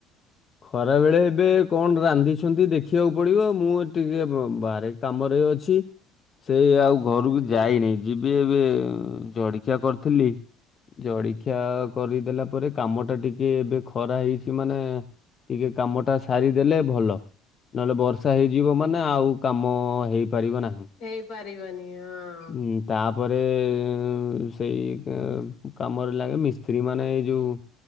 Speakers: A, on the left; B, on the left.
A: ଖରା ବେଳେ ଏବେ କଣ ରାନ୍ଧିଛନ୍ତି ଦେଖିବାକୁ ପଡିବ ମୁଁ ଟିକେ ବାହାରେ କାମରେ ଅଛି ସେ ଆଉ ଘରକୁ
B: ହୁଁ
A: ଯାଇନାହିଁ। ଯିବି ଏବେ ଉଁ -ଜଳିଖିଆ କରିଥିଲି। ଜଳଖିଆ କରିଦେଲା ପରେ କାମ ଟା ଟିକେ ଏବେ ଖରା ହେଇଚି ମାନେ ଟିକେ କାମଟା ସାରିଦେଲେ ଭଲ। ନଏଲେ ବର୍ଷା ହେଇଯିବ ମାନେ ଆଉ କାମ ହେଇପାରିବ ନାହିଁ।
B: ହେଇପାରିବନି ହଁ।
A: ହୁଁ ତାପରେ ଉଁ-ଉଁ ସେଇ କା କାମରେ ଲାଗେ ମିସ୍ତ୍ରୀ ମାନେ ଏଇ ଯୋଉ